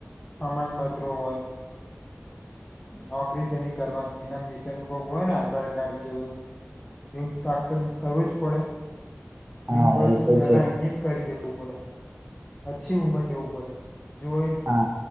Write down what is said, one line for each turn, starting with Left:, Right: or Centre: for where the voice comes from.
Left: પ્રમાણપત્રો હોય, નોકરી સની કરવાની એના વિષનુભગ હોય ને આધાર કાર્ડ કે એવું કાત કરવું જ પડે. અને
Right: હા
Left: બધું
Right: એ તો
Left: પલા
Right: છે
Left: અહીં એમ કરી દે <unintelligible> પછી ઉમર જવું પડે. જો એ
Right: હા